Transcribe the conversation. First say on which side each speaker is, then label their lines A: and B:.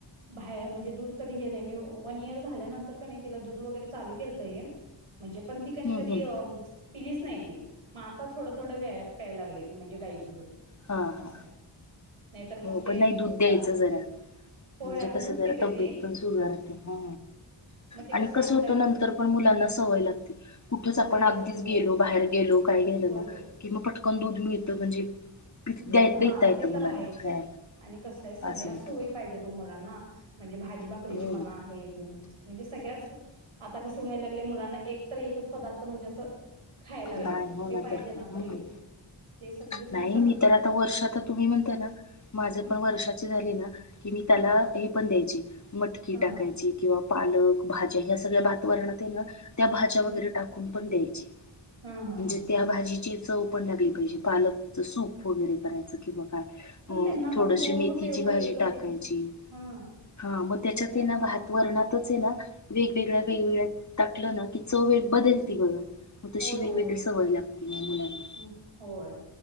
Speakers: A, on the right (about 85°); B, on the left (about 35°).
A: बाहेर म्हणजे दूध कधी हे नाही मी वन इयर झाल्यानंतर कनी तिला दूध वैगेरे चालू केलत हे. म्हणजे पण ती
B: हम्म
A: कनी कधी
B: हम्म
A: पिलीच नाही ती. आता थोडं थोडं प्यायला लागले ती म्हणजे गाईचं दूध.
B: हा हा
A: असंय नाहीतर मग
B: हो
A: ते
B: पण नाही दूध द्यायचं
A: चालतच
B: जरा
A: नाही. होय
B: म्हणजे
A: आता
B: कस
A: दूध
B: जरा
A: पिते
B: तब्येत
A: ती
B: पण सुगारते हो.
A: मग ते
B: आणि कसं
A: आम्ही
B: होत
A: गाईच
B: नंतर पण मुलांना सवय लागते कुठंच
A: सवय
B: आपण अगदीच
A: लागते होय
B: गेलो बाहेर गेलो का. काय घ्याल
A: होय
B: ना
A: होय
B: की मग पटकन दूध मिळत म्हणजे. पी- द्या
A: दूध हा
B: देता येतं
A: ते
B: मुलांना
A: तर आहेच
B: काय
A: आणि कसं आहे सगळ्या
B: असं होतं.
A: सोयी पाहिजे ओ मुलांना. म्हणजे भाजी भाकरीची
B: हो
A: म्हणा हे तेन म्हणजे सगळ्याच. आता कसं व्हायला लागलय मुलांना एकतर एकच पदार्थ म्हणजे असं. खायला लागल्यात
B: नाही हो
A: हे पाहिजे
B: काय
A: ना
B: हम्म.
A: तर येो ते सगळीच मीस.
B: नाही मी तर आता वर्ष आता तुम्ही म्हणताय ना माझे
A: ह
B: पण वर्षाची झाली ना की मी त्याला
A: हा
B: हे पण द्यायची. मटकी
A: हा
B: टाकायची की. किंवा पालक भाज्या ह्या सगळ्या भातवरणात आहे ना त्या भाज्या वगैरे
A: हम्म
B: टाकून पण द्यायची.
A: हा हा
B: म्हणजे
A: हा
B: त्या भाजीची चव पण लागली पाहिजे पालक. सूप वगैरे करायचं किंवा काय.
A: पण
B: अ
A: त्यांना पण
B: थोडीशी
A: बोर
B: मेथीची
A: होतय ओ
B: भाजी
A: एकच
B: टाकायची
A: एकच हा.
B: हा मग
A: म्हणजे
B: त्याच्यात
A: आता
B: ते
A: का
B: ना भातवरणात. कसंय ना वेगवेगळ्या वेगवेगळ्या टाकलं ना की चव एक बदलती बघा. मग तशी
A: होय
B: वेगवेगळी
A: होय
B: सवय लागती मग मुलांना.
A: हम्म होय